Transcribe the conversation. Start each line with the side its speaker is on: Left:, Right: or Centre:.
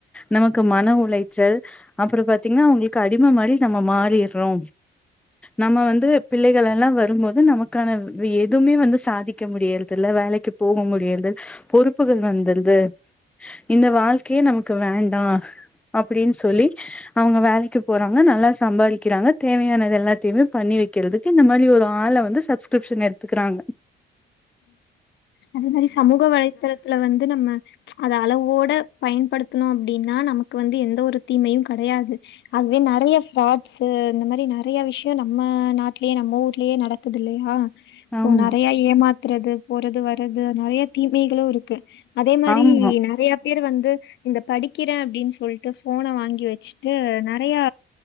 Centre: நமக்கு மன உழைச்சல் அப்புறெ பாத்தீங்கன்னா அவங்களுக்கு அடிம மாரி நம்ம மாறிர்ரொ நம்ம வந்து பிள்ளைகளல்லா வரும்போது நமக்கான எதுமே வந்து சாதிக்க முடியறதில்ல வேலைக்கு போக முடியாது பொறுப்புகள் வந்துருது இந்த வாழ்க்கையே நமக்கு வேண் தா அப்டின்னு சொல்லி அவங்க வேலைக்கு போறாங்க நல்லா சம்பாதிக்கிறாங்க தேவையானது எல்லாத்தையுமே பண்ணி வக்கிறதுக்கு இந்த மாதிரி ஒரு ஆள வந்து சப்ஸ்கிரிப்ஷன் எடுத்துக்கறாங்க
Left: அதே மாரி சமூக வலைத்தளத்துல வந்து நம்ம அத அளவோட பயன்படுத்துணோ அப்டின்னா நமக்கு வந்து எந்த ஒரு தீமயு கடையாது அதுவே நறைய ஃபாட்ஸு இந்த மாரி நறையா விஷயோ நம்ம நாட்டுலயே நம்ம ஊர்லயே நடக்குது இல்லயா சோ
Centre: ஆமா
Left: நெறையா ஏமாத் த்துறது போறது வர்றது அது நறைய தீமைகளு இருக்கு அதே மாரி
Centre: ஆமா
Left: நறையா பேர் வந்து இந்த படிக்கிறே அப்டின்னு சொல்ட்டு ஃபோன வாங்கி வச்சுட்டு நறையா